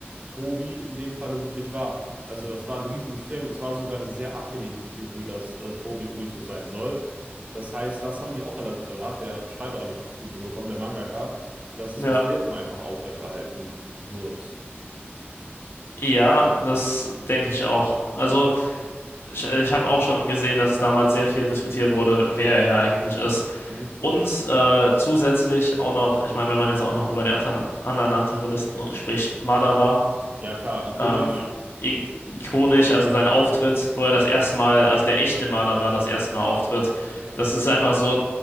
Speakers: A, on the right (about 35°); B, on the left (about 65°).
A: Tobi in dem Falle wirklich war. Also das war ein Riesenmysterium. Es war sogar eine sehr abgelehnte Theorie, dass äh, Tobi Obito sein soll. Das heißt, das haben die auch relativ, oder hat der Schreiber relativ gut hinbekommen, der Mangaka, dass das
B: ja,
A: Mysterium einfach aufrechterhalten wird.
B: ja, das denke ich auch. Also, Ich, ich habe auch schon gesehen, dass es damals sehr viel diskutiert wurde, wer er eigentlich ist.
A: Hm?
B: Und äh, zusätzlich auch noch, ich meine, wenn man jetzt auch noch über die anderen, anderen Antagonisten spricht, Madara,
A: Ja, klar, ikonisch.
B: ähm, i- ikonisch, also sein Auftritt, wo er das erste Mal, also der echte Madara das erste Mal auftritt,
A: Ja.
B: das ist einfach so,